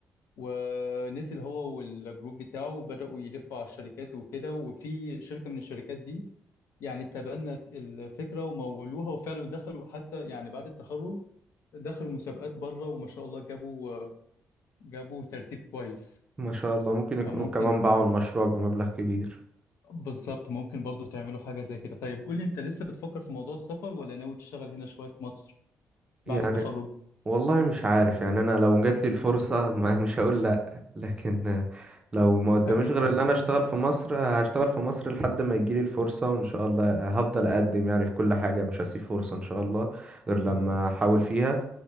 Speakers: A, on the left (about 80°); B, on the right (about 20°).
A: ونزل هو والجروب بتاعه وبدأوا يلفوا على الشركات وكده وفي شركة من الشركات دي يعني تبنت الفكرة ومولوها وفعلا دخلوا حتى يعني بعد التخرج دخلوا مسابقات بره وما شاء الله جابوا جابوا ترتيب كويس
B: ما شاء الله ممكن يكونوا
A: فممكن
B: كمان باعوا المشروع بمبلغ كبير
A: بالظبط ممكن برضو تعملوا حاجة زي كده طيب قول لي انت لسه بتفكر في موضوع السفر ولا ناوي تشتغل هنا شوية في مصر
B: يعني
A: بعد التخرج
B: والله مش عارف يعني انا لو جات لي الفرصه <laughs> ما مش هقول لا لكن لو ما قداميش
A: أكيد
B: غير
A: طبعا
B: ان انا اشتغل في مصر هشتغال في مصر لحد ما يجي لي الفرصه وان شاء الله هفضل اقدم يعني في كل حاجه مش هسيب فرصه ان شاء الله غير لما
A: اه
B: احاول فيها